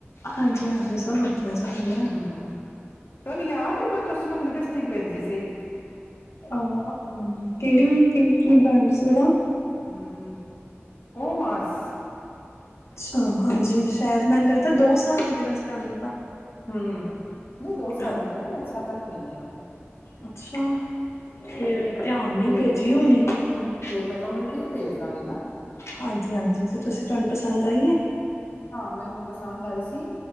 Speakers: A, on the left; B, on the left.
A: ਹਾਂਜੀ ਹਾਂਜੀ ਸਰ ਵਧੀਆ ਚੱਲ ਰਿਹਾ
B: ਹਮ ਤੁਹਾਨੂੰ ਯਾਦ ਤੁਸੀਂ ਮੈਨੂੰ ਲਿਪਸਟਿਕ ਭੇਜੀ ਸੀ
A: ਅ ਕਿਹੜੀ ਕੀ ਕੀ ਬ੍ਰਾਂਡ ਸੀ ਉਹਦਾ
B: ਹਮ ਓਮਾਸ
A: ਹਹ ਹਾਂਜੀ ਸ਼ਾਇਦ ਮੈਨੂੰ ਲੱਗਦਾ ਦੋ ਸਾਲ ਹੋ ਗਏ ਨੇ ਇਸ ਗ ਨੂੰ ਤਾਂ
B: ਹਮ ਨਹੀਂ ਦੋ ਸਾਲ
A: ਹਾਂ
B: ਦੀ ਹੋਵੇਂ ਸੱਤ ਅੱਠ ਮਨੇ ਹੀ ਹੋ
A: ਅੱਛਾ ਫਿਰ ਧਿਆਨ ਨਹੀਂ
B: ਤੇ
A: ਭੇਜੀ ਹੋਣੀੈਂ ਤੁਹਾਨੂੰ
B: ਤੇ ਮੈਂ ਤੁਹਾਨੂੰ ਉਹਦੀ ਪਿਕ ਭੇਜ ਦਾਂਗੀ ਨਾ
A: ਹਾਂਜੀ ਹਾਂਜੀ ਤੇ ਤੁਸੀਂ ਤੁਹਾਨੂੰ ਪਸੰਦ ਆਈਏ
B: ਹਾਂ ਮੈਨੂੰ ਪਸੰਦ ਆਈ ਸੀ